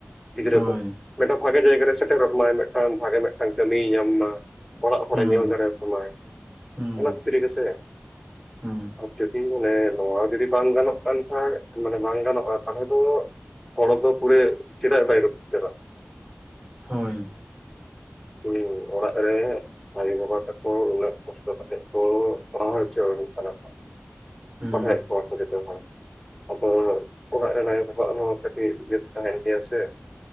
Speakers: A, in the centre; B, on the right.
A: ᱜᱤᱫᱽᱨᱟᱹ
B: ᱦᱳᱭ
A: ᱠᱚ ᱢᱤᱫᱴᱟᱝ ᱵᱷᱟᱜᱮ ᱡᱟᱭᱜᱟ ᱨᱮ ᱥᱮᱴᱮᱨᱚᱜ ᱢᱟᱭ᱾ ᱢᱤᱫᱴᱟᱝ ᱵᱷᱟᱜᱮ ᱢᱤᱫᱴᱟᱝ ᱠᱟᱹᱢᱤᱭ ᱧᱟᱢ ᱢᱟ᱾ ᱚᱲᱟᱜ ᱦᱚᱲ
B: ᱦᱮᱸ
A: ᱮ ᱧᱮᱞ ᱫᱟᱲᱮ ᱟᱠᱚ ᱢᱟ ᱾
B: ᱦᱮᱸ
A: ᱚᱱᱟ ᱠᱷᱟᱹᱛᱤᱨ ᱜᱮ ᱥᱮ?
B: ᱦᱮᱸ
A: ᱟᱨ ᱡᱩᱫᱤ ᱚᱱᱮ ᱱᱚᱣᱟ ᱡᱩᱫᱤ ᱵᱟᱝ ᱜᱟᱱᱚᱜ ᱠᱟᱱ ᱢᱟᱱᱮ ᱵᱟᱝ ᱜᱟᱱᱚᱜᱼᱟ, ᱛᱟᱦᱚᱞᱮ ᱫᱚ ᱦᱚᱲ ᱫᱚ ᱯᱩᱨᱟᱹ ᱪᱮᱫᱟᱜ ᱵᱟᱭ ᱨᱟᱯᱩᱜ-ᱟ᱾
B: ᱦᱳᱭ ᱾
A: <unintelligible> ᱚᱲᱟᱜ ᱨᱮ ᱟᱭᱳ ᱵᱟᱵᱟ ᱛᱟᱠᱚ ᱩᱱᱟᱹᱜ ᱠᱚᱥᱴᱚ ᱠᱟᱛᱮᱜ ᱚᱞᱚᱜ ᱯᱟᱲᱦᱟᱣ ᱪᱚ ᱦᱳᱭᱳᱜ ᱠᱟᱱᱟ ᱛᱚ <unintelligible>
B: ᱦᱮᱸ
A: ᱟᱵᱚ ᱦᱟᱸᱜ ᱚᱲᱟᱜ ᱨᱮᱱ ᱟᱭᱳ ᱵᱟᱵᱟ ᱟᱜ ᱦᱚᱸ ᱠᱟᱴᱤᱡ ᱛᱟᱦᱮᱱ ᱜᱮᱭᱟ ᱥᱮ